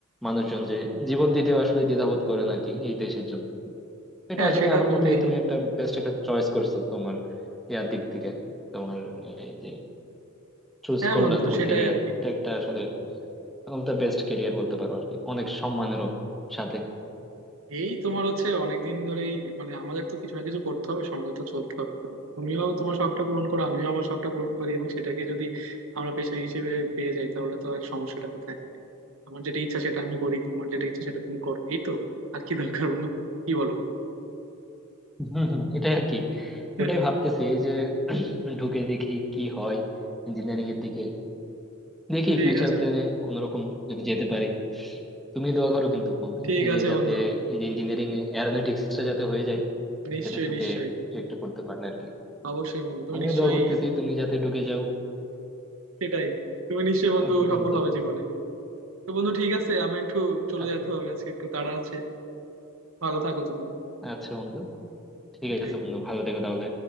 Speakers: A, in the centre; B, on the right (about 65°).
A: মানুষজন যে জীবন দিতেও আসলে দ্বিধাবোধ করেন আর কি এই দেশের জন্য এটা
B: হ্যাঁ
A: আসলে
B: সেটা
A: আমার
B: তুমি
A: মতে
B: <laughs>
A: তুমি একটা বেস্ট একটা চয়েস করছো তোমার ইয়ার দিক থেকে তোমার এই যে চুজ
B: হ্যাঁ
A: করলা
B: বন্ধু
A: তোমার
B: সেটাই
A: কেরিয়ার
B: আর কি
A: এটা একটা আসলে আমার বেস্ট কেরিয়ার বলতে পারো আর কি অনেক সম্মানেরও সাথে
B: এই তোমার হচ্ছে অনেকদিন ধরেই মানে আমাদের তো কিছু না কিছু করতে হবে সমাজে তো চলতে হবে তো তুমিও তোমার শখটা পূরণ করো আমিও আমার শখটা পূরণ করি এবং সেটাকে যদি আমরা পেশা হিসেবে পেয়ে যাই তাহলে তো আর সমস্যাটা কোথায় আমার যেটা ইচ্ছা সেটা আমি করি তোমার যেটা ইচ্ছা সেটা তুমি করো এই তো আর কি দরকার বন্ধু কি বলো
A: হম হম এটাই আর কি
B: <laughs>
A: ওটাই ভাবতেছি এই যে ঢুকে দেখি কি হয় ইঞ্জিনিয়ারিং এর দিকে দেখি
B: ঠিক
A: ফিউচার
B: আছে
A: প্ল্যানে
B: বন্ধু
A: কোন রকম যদি যেতে পারি তুমি দোয়া করো কিন্তু বন্ধু
B: ঠিক
A: এই যে
B: আছে
A: যাতে
B: বন্ধু
A: এই যে ইঞ্জিনিয়ারিং এরোনটিক্সটা যাতে হয়ে যায়
B: নিশ্চয়ই
A: এটাতে ঢুকে
B: নিশ্চয়ই
A: কিছু একটা করতে পারলে আর কি
B: অবশ্যই বন্ধু তুমি
A: আমিও
B: নিশ্চয়ই
A: দোয়া করতেছি তুমি যাতে ঢুকে যাও
B: সেটাই তুমি নিশ্চয়ই বন্ধু
A: অতি দ্রুত
B: সফল হবে জীবনে তো বন্ধু ঠিক আছে আমি একটু চলে
A: আ-
B: যেতে হবে আজকে একটু তাড়া আছে ভালো থাকো তুমি
A: আচ্ছা বন্ধু ঠিক
B: ঠিক
A: আছে বন্ধু ভালো থেকো তাহলে